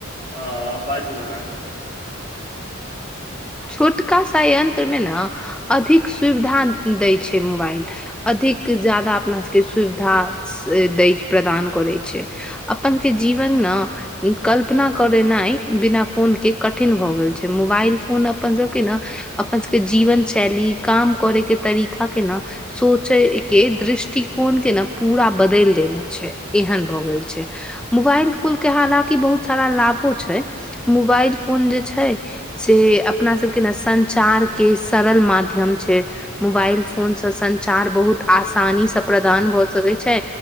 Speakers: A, on the right (about 50°); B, in the centre.
A: हँ बाजू अहाँ
B: छोटका सा यंत्रमे ने अधिक सुविधा दै छै मोबाइल अधिक ज्यादा अपना सभके सुविधा से दय प्रदान करै छै अपन सब के जीवन न कल्पना करेनाइ बिना फोन के कठिन भऽ गेल छै मोबाइल फोन अपन सबके ने अपन सबके जीवन शैली काम करे के तरीका के ने सोचे के दृष्टिकोण के ने पूरा बदल देने छै एहन भए गेल छै मोबाइल फोन के हालकि बहुत सारा लाभो छै मोबाइल फोन जे छै से अपना सबके ने संचार के सरल माध्यम छै मोबाइल फोन सॅं संचार बहुत आसानी से प्रदान भऽ सकै छै